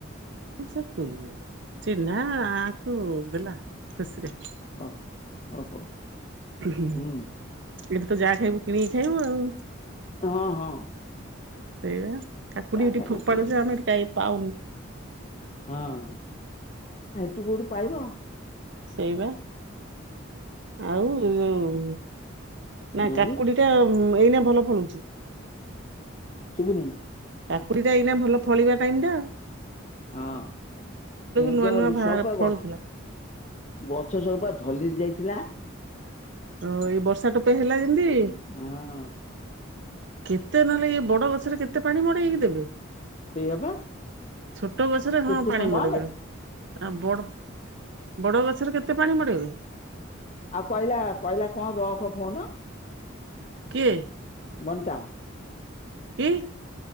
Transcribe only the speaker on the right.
<unintelligible> ଚିହ୍ନା ଆକୁ ଦେଲା ଖୁସିରେ।
ଏଠି
ତ ଯାହା ଖାଇବୁ କିଣିକି ଖାଇବୁ ଆଉ।
ସେଇଆ କାକୁଡ଼ି
ଏଠି
ଫୋପାଡୁଚେ
ଆମେ ଏଠି <unintelligible> <unintelligible>
ସେଇ ବା ଆଉ <unintelligible> ନା
କାକୁଡ଼ି ଟା ଏଇନା ଭଲ ଫଳୁଛି।
କାକୁଡ଼ି ଟା ଏଇନା ଭଲ ଫଳିବା ଟାଇମ୍ ଟା ଆଉ।
ନୂଆ ନୂଆ
ଭା
ଫଳୁଥିଲା
ଓ ଏଇ ବର୍ଷା ଟୋପେ ହେଲା ଯେମିତି
କେତେ ନହେଲେ ଏଇ ବଡ଼ ଗଛରେ କେତେ ପାଣି ମଡ଼େଇକି ଦେବେ।
ଛୋଟ ଗଛରେ
ହଁ ପାଣି
ମଡେଇଦେବେ।
ଆ ବଡ଼ ବଡ଼ ଗଛରେ କେତେ ପାଣି ମଡ଼େଇବେ।
କିଏ
କି?